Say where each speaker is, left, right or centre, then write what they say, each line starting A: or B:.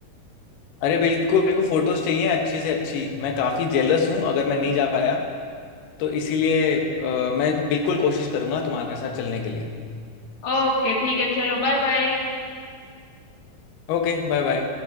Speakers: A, on the left (about 75°); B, on the left (about 50°).
A: अरे बिल्कुल मेरे को फोटोज चाहिए अच्छी से अच्छी मैं काफी जेलस हूँ अगर मैं नहीं जा पाया तो इसीलिए अ, मैं बिल्कुल कोशिश करूंगा तुम्हारे साथ चलने के लिए
B: ओके ठीक है चलो बाय बाय
A: Okay bye bye